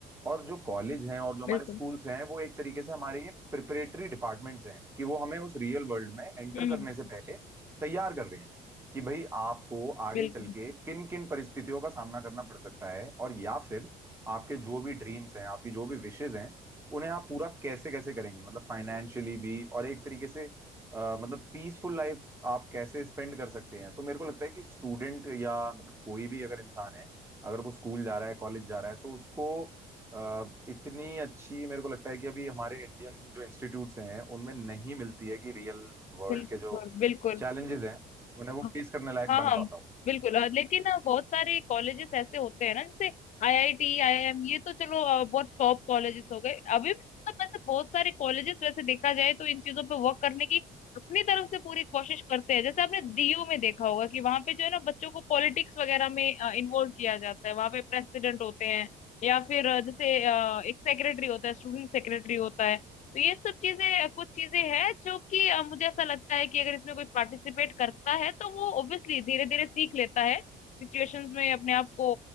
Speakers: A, on the right; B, on the left.
A: और जो कॉलेज हैं और जो हमारे
B: बिल्कुल
A: स्कूल्स हैं वो एक तरीके से हमारे ये प्रिपरेटरी डिपार्टमेंट्स हैं कि वो हमें उस रियल वर्ल्ड में एंटर
B: हम्म
A: करने से पहले तैयार कर रहे हैं कि भाई आपको आगे
B: बिल्कुल
A: चल के किन किन परिस्थितियों का सामना करना पड़ सकता है और या फिर आपके जो भी ड्रीम्स हैं आपकी जो भी विशेज हैं उन्हें आप पूरा कैसे कैसे करेंगे मतलब फाइनेंशियली भी और एक तरीके से अ, मतलब पीसफुल लाइफ आप कैसे स्पेंड कर सकते हैं तो मेरे को लगता है कि स्टूडेंट या मतलब कोई भी अगर इंसान है अगर वो स्कूल जा रहा है कॉलेज जा रहा है तो उसको अ, इतनी अच्छी मेरे को लगता है कि अभी हमारे इंडियन जो इंस्टीट्यूट्स हैं उनमें नहीं मिलती है कि रियल वर्ल्ड
B: बिल्कुल
A: के जो
B: बिल्कुल
A: चैलेंजेस हैं उन्हें वो
B: अ,
A: फेस करने लायक
B: हाँ
A: बन
B: हाँ
A: पाता हो
B: बिल्कुल अ, लेकिन अ, बहुत सारे कॉलेजेस ऐसे होते हैं ना जैसे आईआईटी आईआईएम ये तो चलो अ, बहुत टॉप कॉलेजेस हो गए अभी भी मतलब वैसे बहुत सारे कॉलेजेस वैसे देखा जाए तो इन चीजों पे वर्क करने की अपनी तरफ से पूरी कोशिश करते हैं जैसे आपने डीयू में देखा होगा कि वहां पे जो है ना बच्चों को पॉलिटिक्स वगैरह में इन्वॉल्व किया जाता है वहां पे प्रेसिडेंट होते हैं या फिर अ, जैसे अ, एक सेक्रेटरी होता है स्टूडेंट सेक्रेटरी होता है तो ये सब चीजें कुछ चीजें हैं जो कि अ, मुझे ऐसा लगता है कि अगर इसमें कोई पार्टिसिपेट करता है तो वो ऑब्वियशली धीरे धीरे सीख लेता है सिचुएशंस में अपने आप को